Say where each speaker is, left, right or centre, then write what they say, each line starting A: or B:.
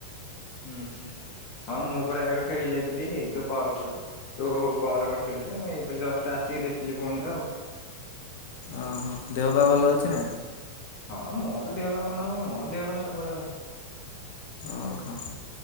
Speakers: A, on the left; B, on the left.
A: ହୁଁ ହୁଁ। ହଁ ମୁଁ ପୁରା ଏବେ ଖେଳି ଯାଇଥିଲି ତୁ କଲ କଲୁ। ତୁ କଲ କରିଥିଲୁ ଯେ, ମୁଁ ଏବେ ଜଷ୍ଟ ଆସିକି ଦେଖିଲି ଫୋନ ଟା ଆଉ।
B: ଓହୋ। ଦେହ ପା ଭଲ ଅଛି ନା?
A: ହଁ ମୋର ଦେହ ପା କଣ ହବ, ମୋ ଦେହ ପା ସବୁବେଳେ ଭଲ।
B: ଓହୋ।